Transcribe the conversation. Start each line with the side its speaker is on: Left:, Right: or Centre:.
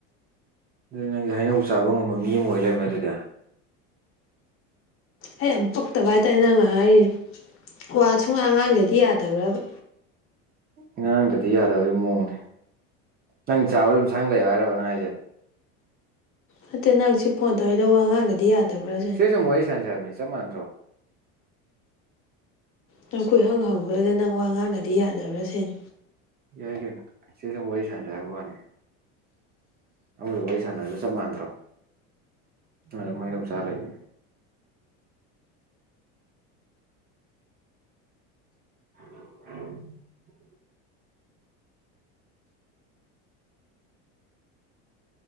Right: ꯑꯗꯨ ꯅꯪꯖꯦ ꯍꯩꯅꯧ ꯆꯥꯕ ꯉꯝꯕ ꯃꯤ ꯑꯃꯥ ꯑꯣꯏ ꯂꯩꯔꯝꯃꯦ ꯑꯗꯨꯗꯤ
Left: ꯑꯩ ꯌꯥꯝ ꯄꯛꯇꯕ ꯍꯥꯏꯇꯥꯔꯦ ꯅꯪ ꯉꯥꯡꯉꯛꯏꯖꯦ ꯋꯥ ꯁꯨꯡꯉꯥꯡ ꯉꯥꯡꯗꯗꯤ ꯌꯥꯗꯕ꯭ꯔꯥꯕ
Right: ꯉꯉꯥꯡꯗꯗꯤ ꯌꯥꯗꯕꯒꯤ ꯃꯑꯣꯡꯅꯦ ꯅꯪ ꯆꯥꯕꯗꯣ ꯑꯗꯨꯝ ꯁꯪ ꯂꯩꯌꯣ ꯍꯥꯏꯔꯕ ꯅꯪ ꯍꯥꯏꯖꯦ
Left: ꯅꯠꯇꯦ ꯅꯪ ꯁꯤ ꯐꯣꯟ ꯇꯧꯔꯔꯤꯏꯗ ꯋꯥ ꯉꯥꯡꯂꯗꯤ ꯌꯥꯗꯕ꯭ꯔꯥ ꯁꯤꯅꯦ
Right: ꯁꯤꯗ ꯋꯥꯔꯤ ꯁꯥꯥꯟꯦꯁꯤ ꯍꯥꯏꯅꯤ ꯆꯄ ꯃꯥꯥꯟ꯭ꯗꯔꯣ
Left: ꯅꯪꯈꯣꯏ ꯍꯪ - ꯍꯪ ꯕꯗꯗꯤ ꯅꯪ ꯋꯥ ꯉꯥꯡꯂꯗꯤ ꯌꯥꯗꯕ꯭ꯔꯥ ꯁꯤꯅꯦ
Right: ꯌꯥꯏ ꯀꯧꯅꯦ ꯁꯤꯁꯨꯝ ꯋꯥꯔꯤ ꯁꯥꯟꯖ ꯍꯥꯏꯕ ꯋꯥꯅꯤ ꯑꯃꯗꯨ ꯋꯥꯔꯤ ꯁꯥꯟꯅꯁꯨ ꯆꯞ ꯃꯥꯟꯗ꯭ꯔꯣ ꯅꯪ ꯑꯗꯨꯝ ꯍꯩꯅꯧ ꯆꯥ ꯂꯩꯅꯤ <inaudible>